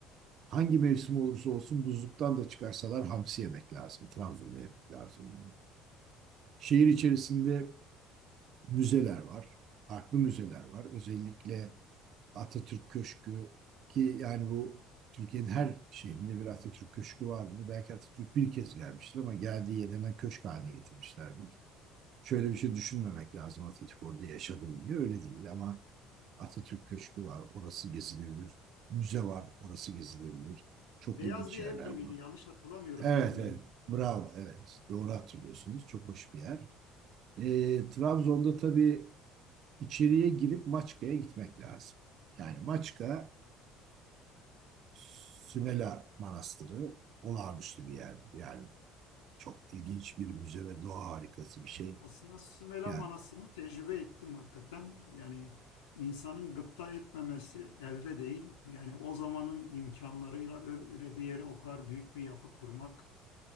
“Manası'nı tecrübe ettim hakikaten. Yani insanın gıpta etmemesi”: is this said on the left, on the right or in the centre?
Left